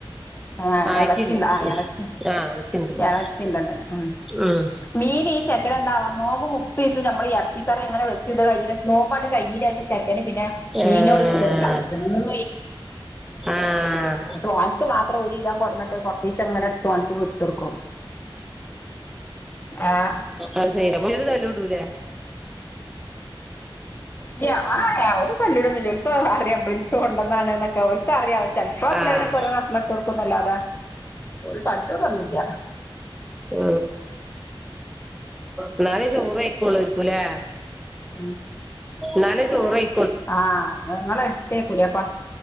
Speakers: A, on the left; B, in the centre.
A: ആ
B: ആയിട്ടില്ല
A: ഇളച്ചി ആ ഇളച്ചി
B: ആഹ് അടച്ചിണ്ടല്ലോ
A: ഇളച്ചിണ്ടല്ലോ
B: ഉം
A: മീന് ഈ ചെക്കന് എന്താവോ നോമ്പ് മുപ്പി ദിവസം നമ്മളി ഇറച്ചി ഇറച്ചിക്കറി അങ്ങനെ വച്ചത്ശേഷം നോമ്പ് കഴിഞ്ഞി ശേഷംചക്കന് പിന്നെ
B: ആഹ്
A: മീനോട് ഇഷ്ടമില്ല എന്നും
B: ആഹ്
A: ഓനൻ ക്ക് മാത്രം ഒരു കിലോ കൊടുന്നിട്ട് കൊറ ചിച്ചേ ങ്ങനെടുത്തു ഓൻക്ക് പൊരിച്ചു കൊടുക്കും ഏഹ്
B: ആ ശരി പി ഒരു തല്ല് കൂടുലെ
A: ഇല്ല ഓല് തല്ലിടൊന്നില്ല ഓല്ക്ക് അറിയ ബൻക്ക് കൊണ്ട എന്നൊക്കെ ഒല്ക് അറിയ ചെല്പ്പോ എപ്പളെ
B: ആഹ്
A: കിലും ഒരേ കഷ്ണംഇട്ട് കൊടുക്കും ന്നല്ലാതാ ഓല് തല്ല് കുടുന്നുല്ല
B: ഉ എന്നാലേ ചോറ് ആയിക്കുള്ളൂരിക്കുംല്ലേ
A: ഉ
B: നാലെ ചോറ് ആയി
A: ആ ഞങ്ങള എടുത്തേക്കൂല അപ്പ